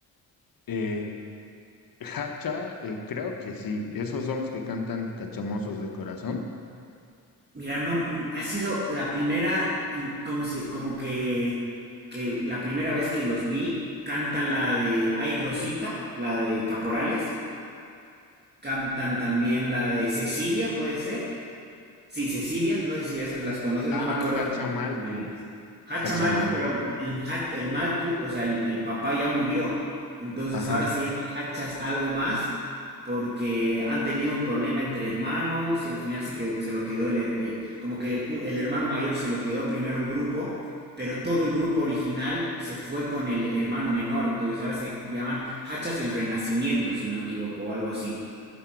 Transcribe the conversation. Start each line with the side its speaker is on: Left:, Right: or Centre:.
Left: Eh, Hacha, eh, creo que sí, esos son los que cantan Cachamosos de Corazón.
Right: Mira, no, ha sido la primera, in- como se, como que, que la primera vez que los vi, cantan la de Ay Rosita, la de Caporales, cantan también la de Cecilia, puede ser, Sí, Cecilia, no sé si esas las conoces,
Left: Ah,
Right: no me acuerdo
Left: Hachamalcu,
Right: de esa, esa que me dices. Hachamalcu,
Left: Hachamalcu,
Right: pero el, Ha- el Malcu, o sea, el, el papá ya murió. Entonces
Left: ajá.
Right: ahora se llama Hachas algo más porque han tenido un problema entre hermanos y al final se quedó- se lo quedó el, her- eh, como que el, el hermano mayor se lo quedó primero el grupo, pero todo el grupo original se fue con el hermano menor. Entonces ahora se llaman Hachas el Renacimiento, si no me equivoco, o algo así.